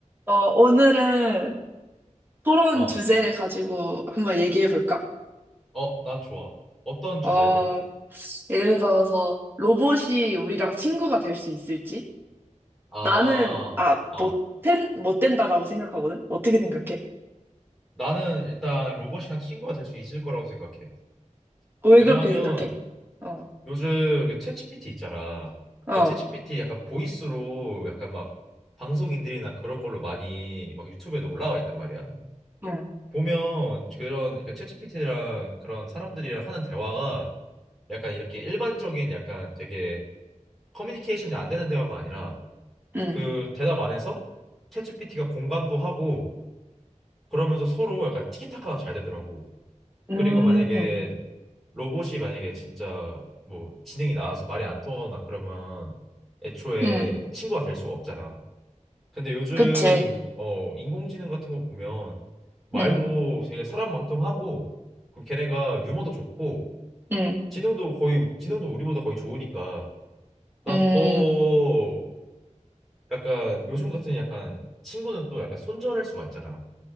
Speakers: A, on the right (about 15°); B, in the centre.
A: 어, 오늘은 토론
B: 어,
A: 주제를 가지고 한번 얘기해 볼까?
B: 어, 난 좋아. 어떤
A: 어,
B: 주제로?
A: 예를 들어서 로봇이 우리랑 친구가 될 수 있을지?
B: 아,
A: 나는, 아,
B: 어.
A: 못, 된, 못 된다라고 생각하거든? 어떻게 생각해?
B: 나는 일단 로봇이랑 친구가 될 수 있을 거라고 생각해.
A: 왜
B: 왜냐하면
A: 그렇게 생각해? 어,
B: 요즘 그 챗GPT 있잖아.
A: 어,
B: 그 챗GPT 약간 보이스로 약간 막 방송인들이나 그런 걸로 많이 막 유튜브에도 올라와 있단 말이야.
A: 응,
B: 보면 그런 그 챗GPT랑 그런 사람들이랑 하는 대화가 약간 이렇게 일반적인 약간 되게 커뮤니케이션이 안 되는 대화가 아니라
A: 응,
B: 그 대답 안에서 챗GPT가 공감도 하고 그러면서 서로 약간 티키타카가 잘 되더라고.
A: 음,
B: 그리고 만약에 로봇이 만약에 진짜 뭐 지능이 나와서 말이 안 통하거나 그러면 애초에
A: 응,
B: 친구가 될 수가 없잖아. 근데 요즘
A: 그치,
B: 어 인공지능 같은 거 보면 말도
A: 응,
B: 되게 사람만큼 하고 그 걔네가 유머도 좋고
A: 응,
B: 지능도 거의 지능도 우리보다 거의 좋으니까 난
A: 응,
B: 더 약간 요즘 같은 약간 친구는 또 약간 손절할 수가 있잖아.